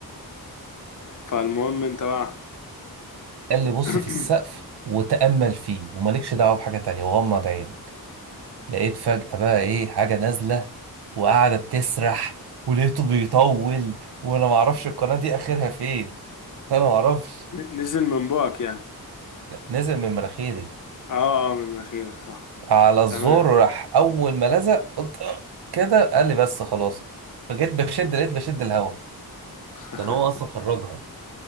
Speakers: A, on the left; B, on the right.
A: فالمهم انت بقى
B: قال لي بص
A: <clears throat>
B: في السقف وتأمل فيه ومالكش دعوة بحاجة تانية وغمض عينك لقيت فجأة بقى ايه حاجة نازلة وقعدت تسرح ولقيته بيطول وانا معرفش القناة دي اخرها فين انا معرفش
A: نزل من بقك يعني
B: نزل من مناخيري
A: اه اه من مناخيرك صح
B: على الزور
A: تمام
B: راح اول ما لزق قلت "أه، كده قال لي بس خلاص فجيت بشد لقيت بشد الهوا
A: <laughs>
B: كان هو اصلا خرجها